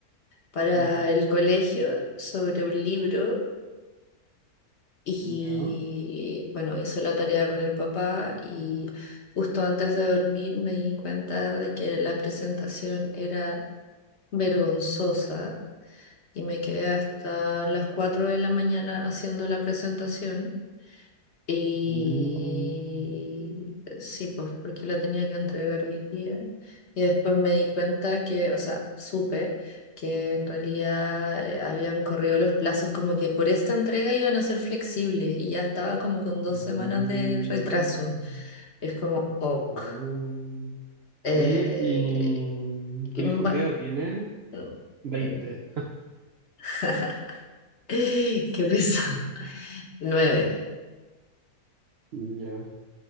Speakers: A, on the left (about 50°); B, on the right (about 60°).
A: para
B: Ujú,
A: el colegio sobre un libro Y
B: Ya.
A: bueno, hizo la tarea con el papá y justo antes de dormir me di cuenta de que la presentación era vergonzosa y me quedé hasta las 4 de la mañana haciendo la presentación. Y
B: Mm,
A: sí, pues porque lo tenía que entregar hoy día. Y después me di cuenta que, o sea, supe que en realidad eh, habían corrido los plazos, como que por esta entrega iban a ser flexibles y ya estaba como con dos
B: mm,
A: semanas de retraso. Es como, ok.
B: oh.
A: Eh,
B: Oye, ¿y tu
A: y
B: hijo
A: ma-
B: qué edad tiene?
A: <laughs>
B: 20.
A: <laughs> Qué pesado. Nueve,
B: Ya.